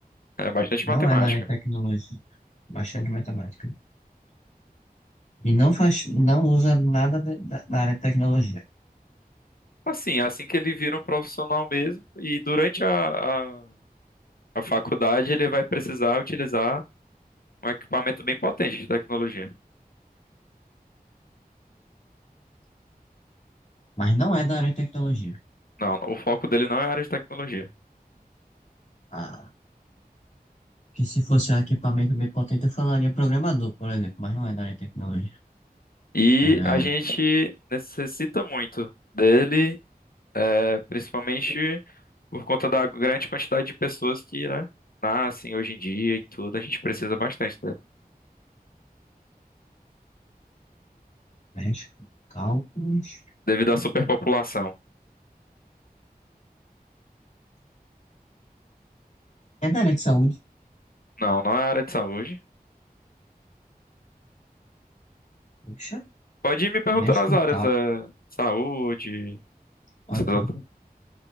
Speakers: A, on the left; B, on the left.
A: É bastante
B: Não
A: matemática.
B: é da área de tecnologia. Bastante matemática. E não faz, não usa nada de- da, da área de tecnologia.
A: Assim, é assim que ele vira um profissional mesmo, e durante a, a, a faculdade ele vai precisar utilizar um equipamento bem potente de tecnologia.
B: Mas não é da área de tecnologia.
A: Não, o foco dele não é a área de tecnologia.
B: A Que se fosse um equipamento bem potente, eu falaria programador, por exemplo, mas não é da área de tecnologia.
A: E
B: É,
A: a gente necessita muito dele, é, principalmente por conta da grande quantidade de pessoas que, né, nascem hoje em dia e tudo. A gente precisa bastante dele,
B: mexe com cálculos.
A: devido à superpopulação.
B: É da área de saúde.
A: Não, não é área de saúde.
B: Puxa,
A: Pode ir me perguntando
B: mexe
A: as
B: com
A: áreas,
B: cálculos.
A: é, saúde,
B: Ok.
A: essas outras.